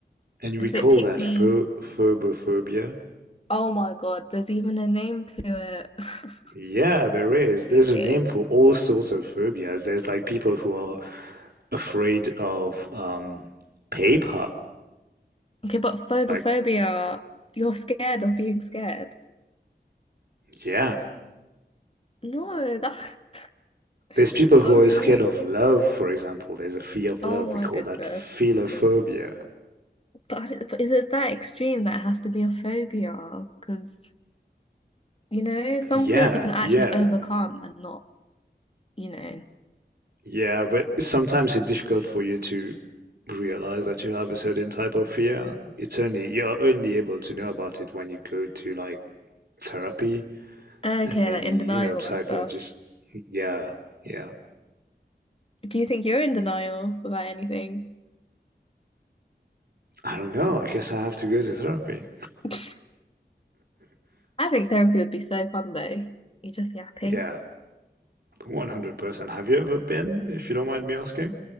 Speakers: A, on the right (about 60°); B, on the left (about 35°).
A: and
B: Like
A: we call
B: if it picked
A: that
B: me,
A: pho phobophobia.
B: oh my God, there's even a name to it. <laughs>
A: Yeah, there is. There's
B: Okay.
A: a name for all sorts of phobias. There's like people who are afraid of um, paper.
B: Okay, but phobophobia,
A: Like,
B: you're scared of being scared.
A: yeah.
B: No, that's <laughs>
A: There's people who
B: sorry.
A: are scared of love, for example. There's a fear of love.
B: Oh my
A: We call
B: goodness.
A: that philophobia.
B: But, I don't- but is it that extreme that it has to be a phobia? Because, you know, some
A: Yeah,
B: fears you can actually
A: yeah,
B: overcome and not you know
A: yeah. But sometimes it's difficult for you to realize that you have a certain type of fear. It's only, you're only able to know about it when you go to like therapy
B: Okay,
A: and maybe,
B: like in
A: you
B: denial
A: know, psychologist.
B: and stuff.
A: Yeah, yeah.
B: Do you think you're in denial about anything?
A: I don't know. I guess I have to go to therapy.
B: <laughs> I think therapy would be so fun though. You're just
A: <laughs>
B: yapping.
A: yeah, 100%. Have you ever been, if you don't mind me asking?